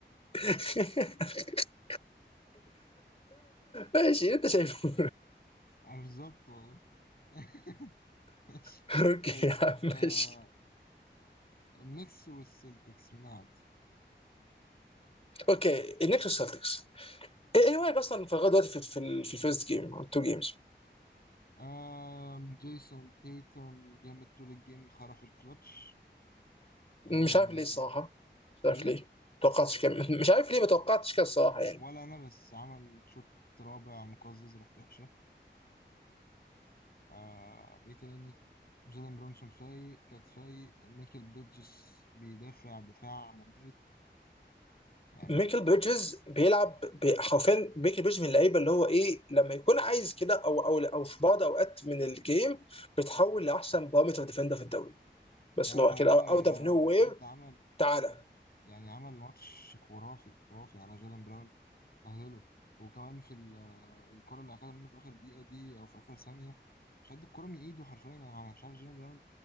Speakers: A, on the left (about 30°); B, on the left (about 55°).
A: <laughs> ماشي انت شايفه
B: <laughs> انا بالظبط والله <laughs> ماشي
A: <laughs> اوكي
B: طيب
A: يا عم
B: آه
A: ماشي
B: النكس والسلتكس مين عادي
A: اوكي النكس والسلتكس ايه إيه رايك اصلا في لغايه دلوقتي في في ال- في الفيرست جيم او التو جيمز
B: آه جيسون تيتم جامد طول الجيم خرف الكلتش آه
A: مش عارف ليه الصراحه مش عارف
B: ايه
A: ليه توقعتش كم... مش عارف ليه ما توقعتش كده الصراحه يعني
B: ولا انا بس عمل شوط رابع مقزز ريحته وحشه آه ايه تاني جيلن برونسون فايق كات فايق ميكل بيدجس بيدافع دفاع مميت يعني
A: ميكل بريدجز بيلعب ب- حرفيا ميكل بريدجز من اللعيبه اللي هو ايه لما يكون عايز كده او او او في بعض اوقات من الجيم بتحول لاحسن بارامتر ديفندر في الدوري بس
B: يا
A: اللي هو كده
B: يا
A: اوت
B: يا هو
A: اوف نو وير
B: بجد عمل
A: تعالى
B: يعني عمل ماتش خرافي خرافي على جيلان براون بهدله وكمان في ال- آه، الكرة اللي أخدها منه في آخر دقيقة دي أو في آخر ثانية شد الكرة من إيده حرفيا أنا مش عارف جيلان براون